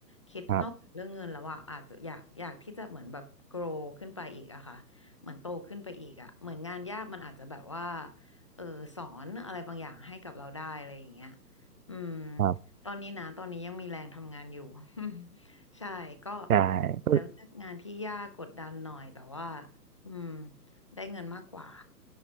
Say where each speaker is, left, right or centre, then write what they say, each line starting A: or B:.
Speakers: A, on the left; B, on the right.
A: คิดนอกจากเรื่องเงินแล้วอ่ะอาจจะอยากอยากที่จะเหมือนแบบ
B: ครับ
A: grow ขึ้นไปอีกอะค่ะเหมือนโตขึ้นไปอีกอะ เหมือนงานยากมันอาจจะแบบว่าเออสอนอะไรบางอย่างให้กับเราได้อะไรอย่างเงี้ยอืม
B: ครับ
A: ตอนนี้นะตอนนี้ยังมีแรงทำงานอยู่ <laughs> ใช่ก็
B: ใช่
A: จะเลือกงานที่ยากกดดันหน่อยแต่ว่าอืม ได้เงินมากกว่า